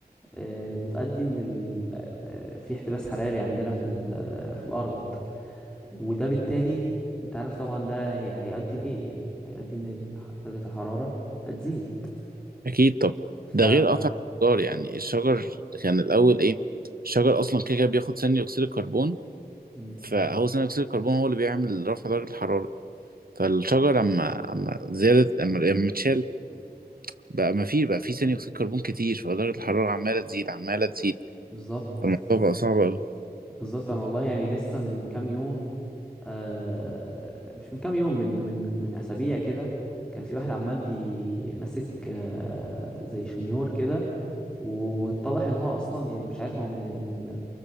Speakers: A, in the centre; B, on the right.
A: آه، بتؤدي ان ال... آه، في احتباس حراري عندنا في ال... آه، في الارض وده بالتالي انت عارف طبعا ده هي- هيؤدي لايه يعني هيؤدي ان ال- درجة الحرارة هتزيد
B: اكيد طبعا
A: ف
B: ده غير قطع الشجار يعني الشجر كان الاول ايه الشجر اصلا كده كده بياخد ثاني اكسيد الكربون
A: مم،
B: فهو ثاني اكسيد الكربون هو اللي بيعمل رفع درجة الحرارة فالشجر اما اما زادت اما اما اتشال بقى ما في بقى في ثاني اكسيد كربون كتير فدرجه الحراره عماله تزيد عماله تزيد
A: بالظبط
B: فالموضوع بقى صعب قوي
A: بالظبط انا والله يعني لسه من كام يوم آه مش من كام يوم من من من اسابيع كده كان في واحد عمال بيمسك آه زي شنيور كده واتضح ان هو اصلا يعني مش عارف هو من من